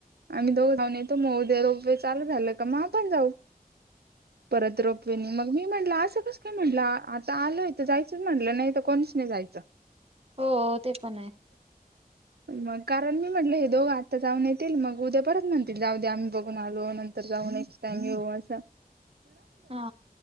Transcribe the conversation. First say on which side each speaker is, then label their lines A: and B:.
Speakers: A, on the right; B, on the right.
A: आम्ही दोघं जाऊन येतो मग उद्या रोपवे चालू झालं का मग आपण जाऊ. परत रोपवेनी मग मी म्हटलं, आज असं कसं काय म्हटलं आता आलय तर जायचंच म्हटलं नाही तर कोणीच नाही जायचं.
B: हो ते पण आहे
A: मग कारण मी म्हटलं हे दोघं आत्ता जाऊन येतील मग उद्या परत म्हणतील जाऊ द्या आम्ही बघून आलो अन् तर काऊून एकथँ्यू <unintelligible>
B: हा